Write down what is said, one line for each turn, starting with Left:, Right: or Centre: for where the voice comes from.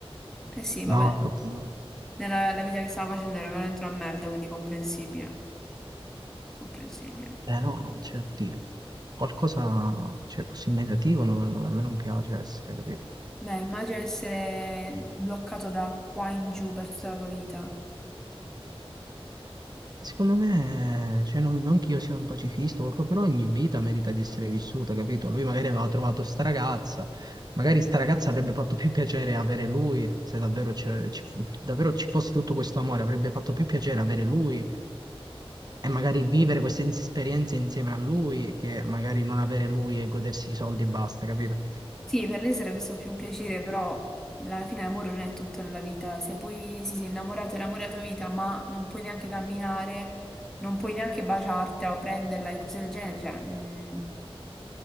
Centre: Eh sì, vabbè.
Right: No, troppo no.
Centre: Nella la vita che stava facendo era veramente una merda, quindi comprensibile. Comprensibile.
Right: Eh no, non c'è, oddio. Qualcosa, cioè, così negativo, no, no, a me non piace essere, capito?
Centre: Beh, immagino essere bloccato da qua in giù per tutta la tua vita.
Right: Secondo me, cioè, non, non che io sia un pacifista, o qualcosa, però ogni vita merita di essere vissuta, capito? Lui magari aveva trovato sta ragazza, magari sta ragazza avrebbe fatto più piacere avere lui, se davvero, c'è- ci, fu- davvero ci fosse tutto questo amore, avrebbe fatto più piacere avere lui e magari vivere queste ins- esperienze insieme a lui che magari non avere lui e godersi i soldi e basta, capito?
Centre: Sì, per lei sarebbe stato più un piacere, però alla fine l'amore non è tutto nella vita. Se poi si sei innamorato, è l'amore della tua vita, ma non puoi neanche camminare, non puoi neanche baciartela o prenderla e cose del genere, cioè, mm,